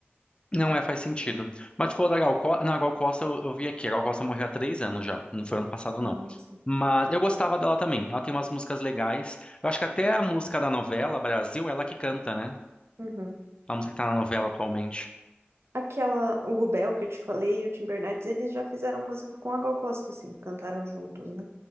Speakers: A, on the left; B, on the right.
A: Não é, faz sentido. Mas, tipo, da Gal Costa. Não, Gal Costa eu, eu vi aqui. A Gal Costa morreu há três anos já. Não foi ano passado, não.
B: Ah, sim.
A: Mas eu gostava dela também. Ela tem umas músicas legais. Eu acho que até a música da novela Brasil, é ela que canta, né?
B: Uhum.
A: A música que tá na novela atualmente.
B: Aquela, o Rubel que eu te falei e o Tim Bernardes, eles já fizeram música com a Gal Costa, assim, cantaram juntos, né?